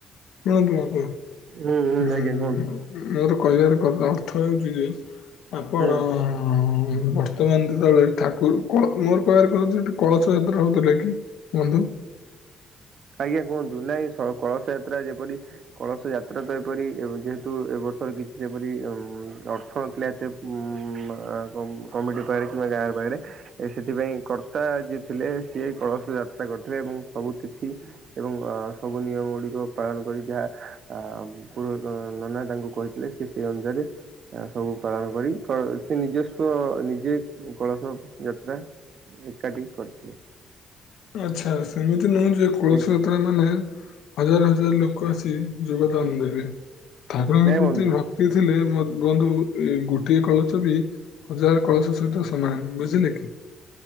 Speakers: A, on the left; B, on the right.
A: <unintelligible>
B: ହୁଁ ହୁଁ
A: ଉଁ
B: ଆଜ୍ଞା କୁହନ୍ତୁ
A: ମୋର କହିବାର ଅର୍ଥ ହେଉଚି ଯେ ଆପଣ
B: ହୁଁ
A: ବ ର୍ତ୍ତମାନ୍ ଯେତବଳେ ଠାକୁର କଣ ମୋର କହିବାର <unintelligible> କଳସ ଯାତ୍ରା ହଉଥିଲା କି ବନ୍ଧୁ?
B: ଆଜ୍ଞା କୁହନ୍ତୁ, ନାଇଁ ସ କଳସ ଯାତ୍ରା ଯେପରି କଳସ ଯାତ୍ରା ତ ଏପରି ଯେହେତୁ ଏ ବର୍ଷର କିଛି ଯେପରି ଅର୍ଥ ନଥିଲା ଏତେ ଉଁ କମିଟି ପାଖେରେ କିମ୍ବା ଗାଁ ପାଖେରେ ଏ ସେଥିପାଇଁ କର୍ତ୍ତା ଯିଏ ଥିଲେ ସିଏ କଳସ ଯାତ୍ରା କରିଥିଲେ ଏବଂ ସବୁଥି ଏବଂ ସବୁ ନିୟମ ଗୁଡିକ ପାଳନ କରିକି ଆ ପୁରୋ ନନା ତାଙ୍କୁ କହିଥିଲେ ସେ ସେଇ ଅନୁଯାରେ ସବୁ ପାଳନ କରି କ ସେ ନିଜସ୍ୱ ନିଜେ କଳସ ଯାତ୍ରା ଏକାଠି କରିଥିଲେ।
A: ଆଚ୍ଛା ସେମିତି ନୁହଁ ଯେ କୁଳସୀ
B: ଆଜ୍ଞା
A: ଯାତ୍ରା ନ ହେନେ ହଜାର-ହଜାର ଲୋକ ଆସି ଯୋଗଦାନ ଦେବେ, ଠାକୁରଙ୍କ
B: ନାଇଁ
A: ପ୍ରତି
B: ବନ୍ଧୁ
A: ଭ କ୍ତି ଥିଲେ ମୋ ବନ୍ଧୁ ଏ ଗୋଟିଏ କଳସ ବି ହଜାର କଳସ ସହିତ ସମାନ ବୁଝିଲେ କି।